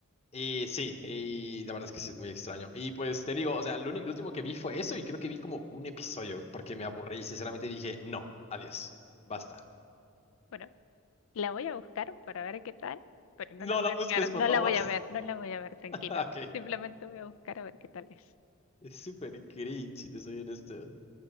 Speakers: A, on the left; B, on the left.
A: Y sí, y la verdad es que sí es muy extraño. Y pues te digo, o sea, lo único, lo último que vi fue eso y creo que vi como un episodio porque me aburrí y sinceramente dije, no, adiós, basta.
B: bueno, La voy a buscar para ver qué tal, pero no
A: No
B: la voy
A: la
B: a
A: busques,
B: ver,
A: por
B: no
A: favor.
B: la voy a ver, no la voy a ver, tranquilo.
A: <laughs> Ok,
B: Simplemente voy a buscar a ver qué tal es.
A: es súper cringe, si te soy honesto.